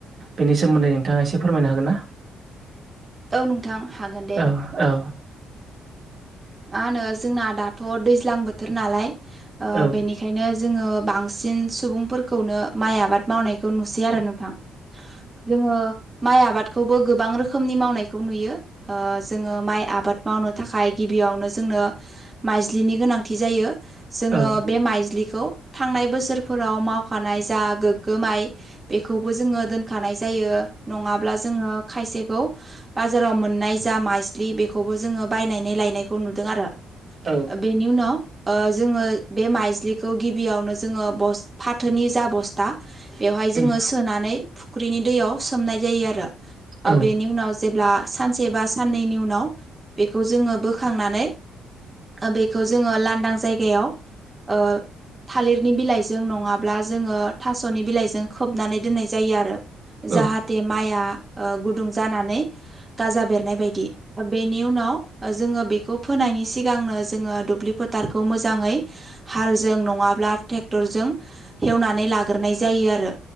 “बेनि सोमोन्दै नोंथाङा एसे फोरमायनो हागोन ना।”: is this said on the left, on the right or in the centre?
Right